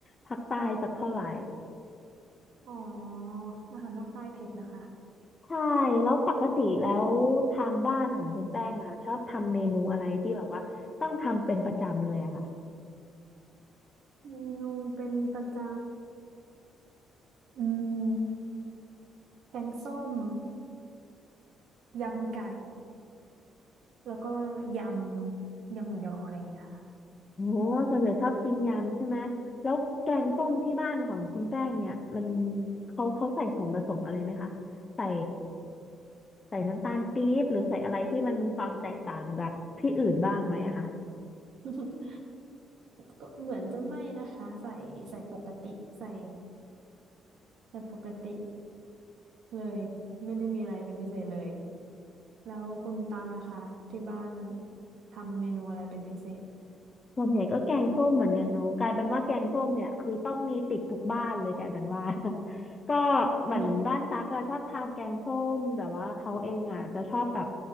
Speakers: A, on the left; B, on the right.
A: ภาคใต้สักเท่าไหร่
B: อ๋ออาหารภาคใต้เผ็ดนะคะ
A: ใช่แล้วปกติแล้วทางบ้านของคุณแป้งอะค่ะชอบทำเมนูอะไรที่แบบว่าต้องทำเป็นประจำเลยอะค่ะ
B: เมนูเป็นประจำอืมแกงส้มยำไก่แล้วก็ยำยำหมูยออะไรเงี้ย
A: โอ้ส่วนใหญ่ชอบกินยำใช่ไหมแล้วแกงส้มที่บ้านของคุณแป้งเนี่ยมันเขาเขาใส่ส่วนผสมอะไรไหมคะใส่ใส่น้ำตาลปี๊บหรือใส่อะไรที่มันมีความแตกต่างจากที่อื่นบ้างไหมอะคะ
B: <laughs> ก็เหมือนจะไม่นะคะใส่ใส่ปกติใส่ใส่ปกติเลยไม่ได้มีอะไรเป็นพิเศษเลยแล้วคุณตาง่ะคะที่บ้านทำเมนูอะไรเป็นพิเศษ
A: ส่วนใหญ่ก็แกงส้มเหมือนกันเนอะกลายเป็นว่าแกงส้มเนี่ยคือต้องมีติดทุกบ้านเลยกลายเป็นว่า <laughs> ก็เหมือนบ้านตั๊กอะชอบทานแกงส้มแต่ว่าเขาเองอะจะชอบแบบ
B: อืม <laughs>